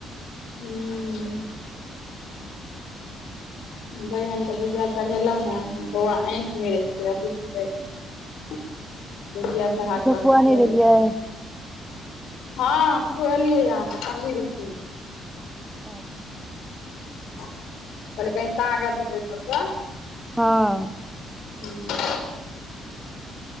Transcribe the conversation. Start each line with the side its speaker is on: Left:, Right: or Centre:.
Left: हूं बैंगन के भुजाया चढ़ेलहुँ बौआ आँखि <unintelligible> सुत्तैय। बगिया चढ़ा
Centre: कनि किछो
Left: कऽ बाद
Centre: खुआ
Left: सुते
Centre: नहि देलियै
Left: बेय। हँ कलियै यहाँके पनी रूपी मे।
Centre: अच्छा
Left: क क <unintelligible> कागत हतै सब
Centre: हाँ
Left: <inaudible>